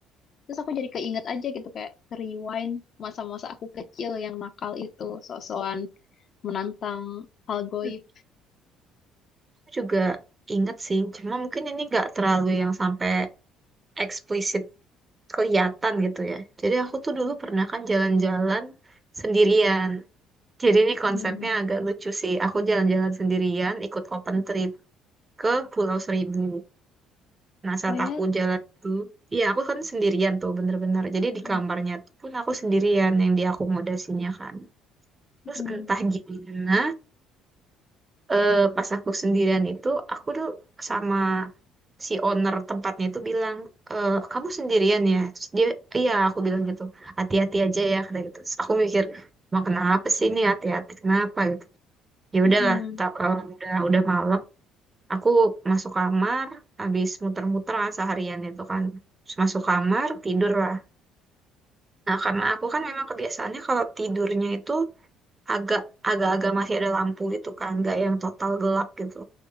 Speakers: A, on the left; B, on the right.
A: Terus aku jadi keinget aja gitu kayak rewind masa-masa aku kecil yang nakal itu, sok-sokan menantang hal goib.
B: Hmm. Aku juga inget sih, cuma mungkin ini nggak terlalu yang sampai eksplisit kelihatan gitu ya. Jadi aku tuh dulu pernah kan jalan-jalan sendirian. Jadi ini konsepnya
A: Mm.
B: agak lucu sih. Aku jalan-jalan sendirian, ikut open trip ke Pulau Seribu. Nah, saat
A: Oh ya,
B: aku jalan itu, iya aku kan sendirian tuh bener-bener. Jadi
A: Mm.
B: di kamarnya tuh pun aku sendirian yang diakomodasinya kan. Terus
A: Mm.
B: entah gimana, eh, pas aku sendirian itu aku tuh sama si owner tempatnya itu bilang "Eh, kamu sendirian ya Terus dia iya aku bilang gitu hati-hati aja ya kata gitu Terus aku mikir mau kenapa sih ini hati-hati kenapa gitu ya
A: Mm.
B: udahlah ta- eh, udah udah malam aku masuk kamar habis muter-muter kan seharian itu kan Terus masuk kamar tidur lah nah karena aku kan memang kebiasaannya kalau tidurnya itu agak agak-agak masih ada lampu gitu kan nggak yang total gelap gitu